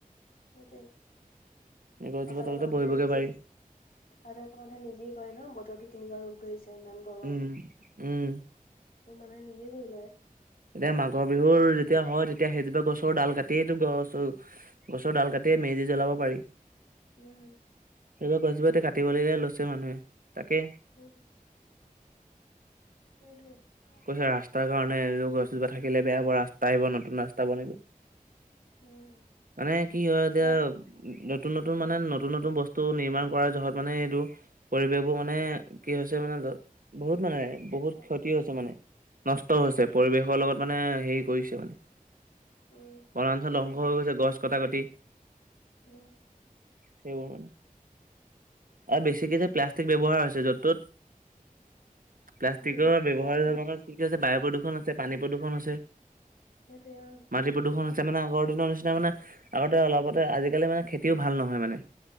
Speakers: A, on the left (about 80°); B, on the right (about 70°).
A: সেইটোৱে।
B: গছজোপা
A: পাচত
B: তলতে
A: আকৌ মানুহে
B: বহিবগে
A: নিজেই
B: পাৰি
A: পাছত আকৌ মানুহে নিজেইে কয় ন বতৰটো কেনেকুৱা ৰূপ ধৰিছে ইমান গৰম।
B: উম উম।
A: ত' মানুহে নিজেই কৰি লয়।
B: যেতিয়া মাঘ বিহুৰ যেতিয়া হয় তেতিয়া সেইজোপা গছৰ ডাল কাটিয়ে গছ গছৰ ডাল কাটিয়ে মেজি জ্বলাব পাৰি।
A: উম।
B: তেনেকুৱা গছজোপা কাটিব লে লৈছে মানুহে তাকে
A: উম। সেইটোৱে।
B: কৈছে ৰাস্তাৰ কাৰণে এইযোৰ গছজোপা থাকিলে বেয়া হ'ব ৰাস্তা আহিব নতুন ৰাস্তা বনিব।
A: উম
B: মানে কি হয় এতিয়া
A: অ
B: নতুন-নতুন মানে নতুন-নতুন বস্তু নিৰ্মাণ কৰাৰ জহত মানে এইটো পৰিৱেশ বোৰ মানে কি হৈছে মানে, বহুত মানে
A: ভাল
B: বহুত
A: ভাল
B: ক্ষতি হৈছে মানে, নষ্ট হৈছে
A: উম
B: পৰিৱেশৰ লগত মানে হেৰি কৰিছে মানে।
A: উম
B: বনাঞ্চল
A: সেইটোৱে
B: ধ্বংস হৈ গৈছে গছ কটা-কটি।
A: উম
B: সেইবোৰ মানে, আৰু
A: উম
B: বেছিকে যে প্লাষ্টিক ব্যৱহাৰ হৈছে য'ত-ত'ত, প্লাষ্টিকৰ
A: উম
B: ব্যৱহাৰ
A: প্লাষ্টিক
B: এতিয়া যে বায়ু প্ৰদূৰ্ষণ হৈছে, পানী প্ৰদূৰ্ষণ হৈছে।
A: সেইটোৱে অ
B: মাটি প্ৰদূষণ হৈছে মানে আগৰ দিনৰ নিচিনা মানে, আগতে অলপতে আজিকালি মানে খেতিও ভাল নহয় মানে।